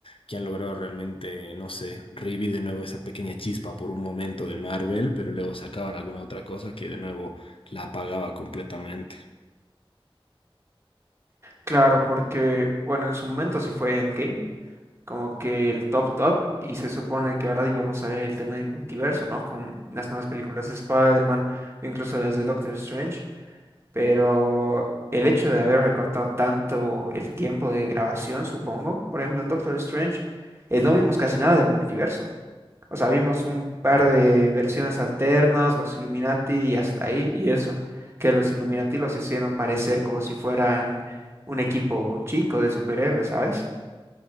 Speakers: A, on the left; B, on the right.
A: que han logrado realmente, no sé, revivir de nuevo esa pequeña chispa por un momento de Marvel, pero luego sacaban alguna otra cosa que de nuevo la apagaba completamente.
B: Claro, porque, bueno, en su momento sí fue Endgame, como que el top top, y se supone que ahora íbamos a ver el tema del multiverso, ¿no? Con las nuevas películas de Spider-Man, o incluso las de Doctor Strange, pero el hecho de haber recortado tanto el tiempo de grabación, supongo, por ejemplo, en Doctor Strange, eh, no vimos casi nada del multiverso. O sea, vimos un par de versiones alternas, los Illuminati y hasta ahí, y eso, que los Illuminati los hicieron parecer como si fueran un equipo chico de superhéroes, ¿sabes?